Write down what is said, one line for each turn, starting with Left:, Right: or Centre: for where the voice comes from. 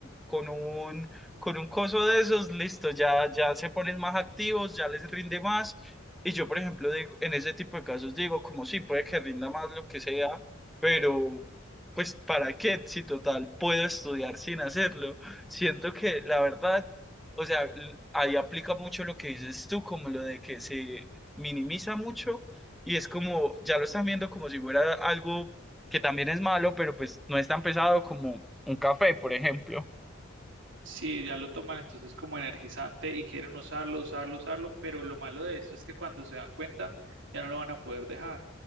Centre: con un, con un coso de esos, listo, ya, ya se ponen más activos, ya les rinde más. Y yo, por ejemplo, digo, en ese tipo de casos digo, como sí, puede que rinda más lo que sea, pero pues ¿para qué? Si total, puedo estudiar sin hacerlo. Siento que la verdad o sea, l- ahí aplica mucho lo que dices tú, como lo de que se minimiza mucho y es como, ya lo están viendo como si fuera algo que también es malo, pero pues no es tan pesado como un café, por ejemplo.
Right: Sí, ya lo toman entonces como energizante y quieren usarlo, usarlo, usarlo, pero lo malo de esto es que cuando se dan cuenta ya no lo van a poder dejar.